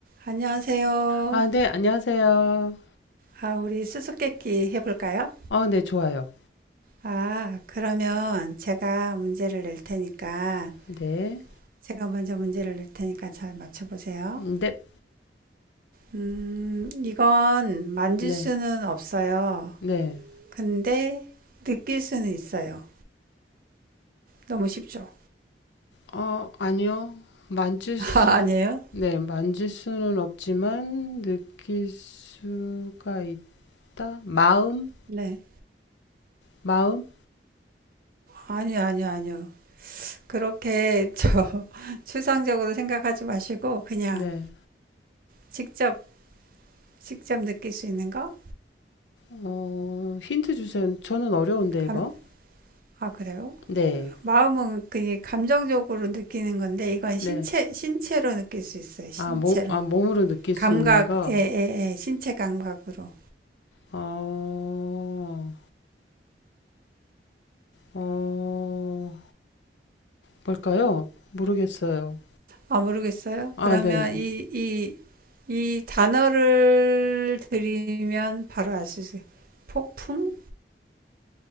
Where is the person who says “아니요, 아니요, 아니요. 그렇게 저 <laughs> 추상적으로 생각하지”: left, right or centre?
Right